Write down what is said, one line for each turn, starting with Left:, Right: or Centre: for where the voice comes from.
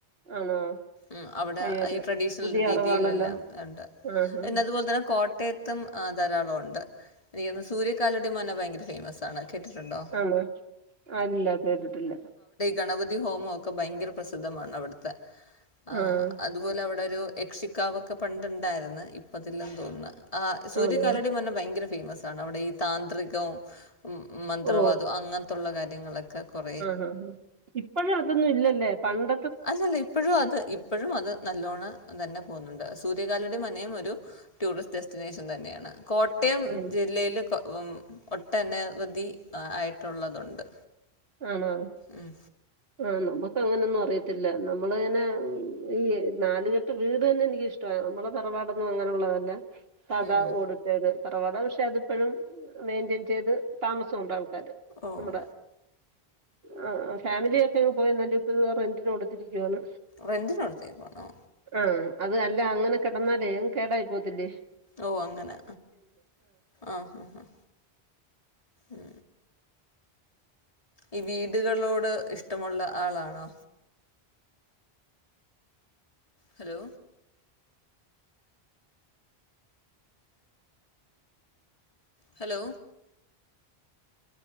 Right: ആണോ
Left: ഉ അവിടെ
Right: അയ്യോ ഇത്
Left: ഈ ട്രഡീഷണൽ
Right: പുതിയ
Left: രീതിയിലെല്ലാം
Right: അറിവാണല്ലോ
Left: ഉണ്ട്
Right: ആ ഹാ
Left: പിന്നെ അതുപോലെ തന്നെ കോ കോട്ടയത്തും ധാരാളം ഉണ്ട് എനിക്ക് സൂര്യകാലടി മന ഭയങ്കര ഫേമസ് ആണ് കേട്ടിട്ടുണ്ടോ
Right: ആണോ അല്ല കേട്ടിട്ടില്ല
Left: ഗണപതിഹോമം ഒക്കെ ഭയങ്കര പ്രസിദ്ധമാണ് അവിടുത്തെ ആഹ്
Right: ആ
Left: അതുപോലെ അവിടെ യക്ഷിക്കാവൊക്കെ പണ്ടുണ്ടായിരുന്നു ഇപ്പതില്ലാന്ന് തോന്നുന്നു ആ സൂര്യകാലടി
Right: ആണോ
Left: മന ഭയങ്കര ഫേമസ് ആണ് അവിടെ ഈ താന്ത്രികവും മന്ത്രവാദം
Right: ഓ
Left: അങ്ങനത്തുള്ള കാര്യങ്ങളൊക്കെ കുറ
Right: ആ ഇപ്പഴും അതൊന്നും ഇല്ലല്ലേ പണ്ട
Left: അല്ലല്ല ഇപ്പോഴും അത് ഇപ്പോഴും അത് നല്ലോണം തന്നെ പോകുന്നുണ്ട് സൂര്യകാലടി മനയും ഒരു ടൂറിസ്റ്റ് ഡെസ്റ്റിനേഷൻ തന്നെയാണ് കോട്ടയം
Right: ആണ്
Left: ജില്ലയില് ഒട്ടനവധി ആയിട്ടുള്ളതുണ്ട്
Right: ആണോ
Left: ഉം.
Right: ആനോ അങ്ങനൊന്നും അറിയത്തില്ല നമ്മള ഇങ്ങനെ ഈ നാല് കെട്ട് വീട് തന്നെ എനിക്ക് ഇഷ്ട നമ്മളെ തറവാടൊന്നും അങ്ങനുള്ളതല്ല പിന്ന സാധാ
Left: ഉം.
Right: ഓടിട്ട തറവാട പക്ഷെ അതിപ്പോഴും മെയിന്റെയിൻ ചെയ്ത് താമസം ഉണ്ടാവും
Left: ഓഹ്.
Right: നമ്മുടെ ആ ഫാമിലിയൊക്കങ്ങ് പോയി എന്നാല് ഇപ്പ ഇ റെന്റിന് കൊടുത്തിരിക്കുവാണ്
Left: റെന്റിനടുത്തേക്കാണോ?
Right: ആ അത് അല്ല അങ്ങനെ കിടന്നാലേ കേടായി പോത്തില്ലേ
Left: ഓ അങ്ങനെ ആഹ ഹ ഉ ഈ വീടുകളോട് ഇഷ്ടമുള്ള ആളാണോ hello hello